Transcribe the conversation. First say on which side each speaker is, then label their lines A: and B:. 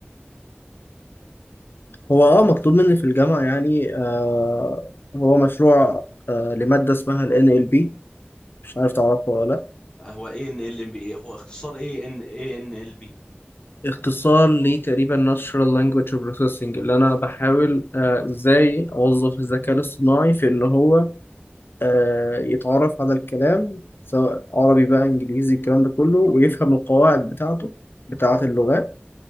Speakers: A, on the left (about 60°); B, on the left (about 20°).
A: هو اه مطلوب مني في الجامعه يعني آه هو مشروع آه لماده اسمها ال NLP مش عارف تعرفها ولا لا
B: آه، هو ايه ان ال ام بي هو اختصار ايه ان ايه ان ال بي
A: اختصار لتقريبا Natural Language Processing اللي انا بحاول آه، ازاي اوظف الذكاء الاصطناعي في ان هو آه، يتعرف على الكلام سواء عربي بقى انجليزي الكلام ده كله ويفهم القواعد بتاعته بتاعة اللغات